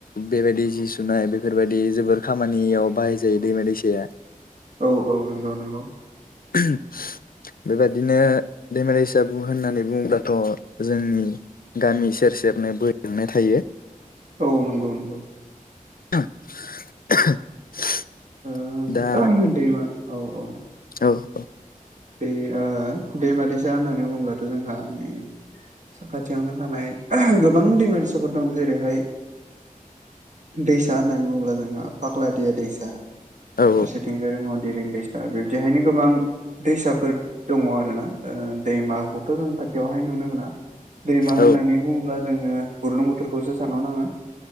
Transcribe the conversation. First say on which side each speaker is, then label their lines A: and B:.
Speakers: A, on the left (about 85°); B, on the right (about 55°).
A: बेबायदि जि सुनाय बेफोरबायदि जोबोर खामानियाव बाहाय जायो दैमा दैसाया।
B: औ औ नंगौ नंगौ।
A: <inaudible> बेबादिनो दैमा दैसागु होननानै बुङोबाथ जोंनि। गामि सेर सेरनो बोहैलांनाय थायो।
B: औ नंगौ नंगौ
A: <inaudible>
B: <inaudible>
A: दा
B: दैमाऔ औ औ
A: औ औ।
B: बे ओ दैमा दैसा होननानै बुङोब्लाथ जोंहा नै। साखाथियावनो थानाय गोबां दैमा दैसाफोर दं जेरैहाय। दैसा होननानै बुङोब्ला जोंहा फागलादिया दैसा। फारसेथिंजाय
A: औ
B: दिरिं दैसा बिब्दिहायनो गोबां दैसाफोर। दङ आरोोना दैमाखौथ जों खाथियावहाय नुनो मोना। दैमा होननानै
A: औ
B: बुङोब्ला जोङो बुरलुं बोथोरखौसो सानहरनांगोन।